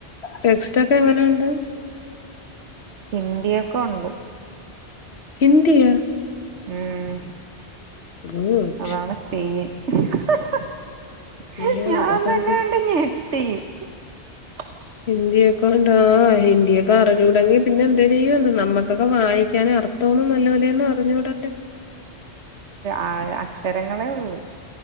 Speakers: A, on the left; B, on the right.
A: ടെക്സ്റ്റ ഒക്കെ എങ്ങനെ ഉണ്ട്
B: ഹിന്ദിയൊക്കെ ഉണ്ട്
A: ഹിന്ദിയാ
B: ഉം
A: ഗുഡ്
B: അതാണ് സീൻ <inaudible>
A: അയ്യോ
B: ഞാൻതന്നെഞട്ടി
A: അതൊക്കെ എന്ത്
B: <unintelligible>
A: ഹിന്ദിയൊ കോണ്ടാ ഹിന്ദിയൊക്കെ അറിഞ്ഞുടങ്കി പിന്നെ എന്താ ചെയ്യും എ നമ്മക്ക അക്കെ വായിക്കാനും അർത്ഥോന്നും നല്ല പോലെയന്ന് അറിഞ്ഞ ഇടല്ല
B: ആ അക്ഷരങ്ങളേ ഉള്ളു